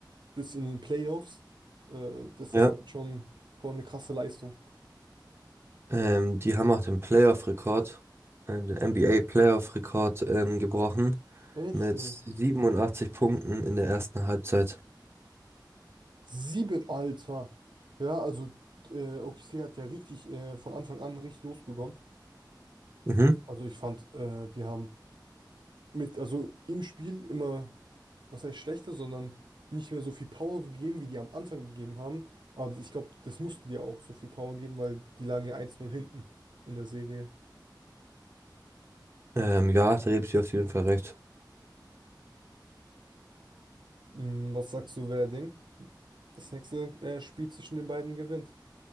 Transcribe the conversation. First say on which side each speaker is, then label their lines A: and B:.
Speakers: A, on the right (about 75°); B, on the right (about 30°).
A: das in den Playoffs, äh, das
B: Ja.
A: ist schon, schon eine krasse Leistung.
B: Ähm, die haben auch den Playoff-Rekord, ähm, den NBA-Playoff-Rekord ähm, gebrochen
A: Echt?
B: mit
A: Ja.
B: 87 Punkten in der ersten Halbzeit.
A: Sieben, Alter. Ja, also äh, OKC hat ja richtig äh, von Anfang an richtig losbegonnen.
B: Mhm.
A: Also ich fand, äh, die haben mit, also im Spiel immer, was heißt schlechter, sondern nicht mehr so viel Power gegeben, wie die am Anfang gegeben haben. Aber ich glaube, das musste dir auch so viel Power geben, weil die lagen ja 1-0 hinten in der Serie.
B: Ähm, ja, da gebe ich dir auf jeden Fall recht.
A: Hm, Was sagst du, wer Ding das nächste äh, Spiel zwischen den beiden gewinnt?